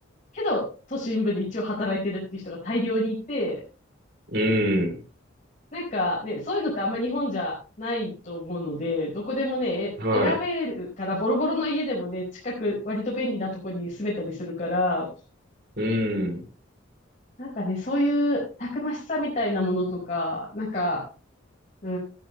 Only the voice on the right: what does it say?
うん。
はい。
うん。